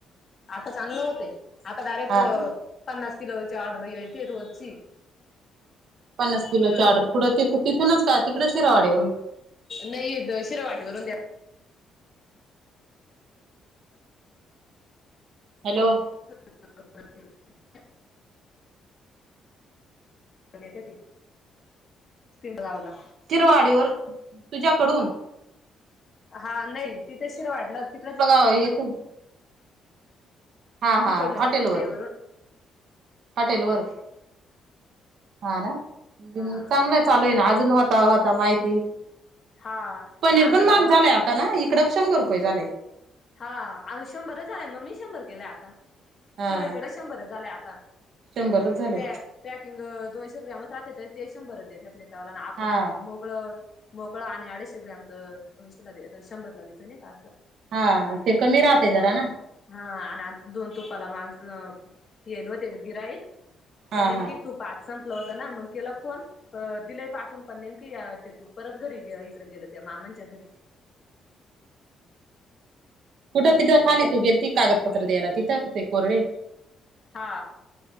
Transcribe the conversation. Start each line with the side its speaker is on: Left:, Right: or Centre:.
Left: आता चांगलं होतय आता डायरेक्ट
Right: हा ना
Left: पननास किल वची आर्डर यती रोजची
Right: पन्नास किलो
Left: अ
Right: ऑडर कुडं ते तिथूनच का तिकडे शिरावाडवरून
Left: नाही शिरवाडीवररून द्या
Right: हॅलो
Left: <inaudible> य तन बजावला
Right: किरवाडीवर तुझ्याकडून
Left: हा नाही तिथं शिरा वाढला. तिकडेच
Right: ह येत हा हा
Left: तिकड
Right: हॉटेल वर
Left: देवरून
Right: हॉटेल वर हा ना
Left: हा
Right: चांगलं चालू आहे ना अजून होता होता माहिती
Left: हा
Right: पनीर
Left: मग आता
Right: पण महाग झालये आता ताना इकड शंभर रुपये झाले.
Left: हा अ शंभरच झालंय म मी शंभर केलंय आता
Right: हा
Left: सगळीकडे शंभर झालं आता.
Right: शंभरच झाले.
Left: पॅ पॅकिंग दोनशे ग्रॅम राहते ते शंभर देत त्याला आपलं
Right: हा
Left: म मो मोकळ मोकळां आणि अडीचशे ग्रामच दोनशेला देत शंभरला देता नाही का असं.
Right: हा ते कमी राहते जरा ना.
Left: हा आणि आ दोन तुपाला माणस येल होते गिराईक
Right: हा
Left: पण नेमकी
Right: हा
Left: तूप आज संपलं होतं ना मग केला फोन दिलय पाठून पण नेमकी ते तूप परत घरी इकडे गेल त्या मामांच्या घरी.
Right: कुठं
Left: मग
Right: तिथं खाली तू गेल ती कागदपत्र द्यायला तिथं ते कोरडे.
Left: हा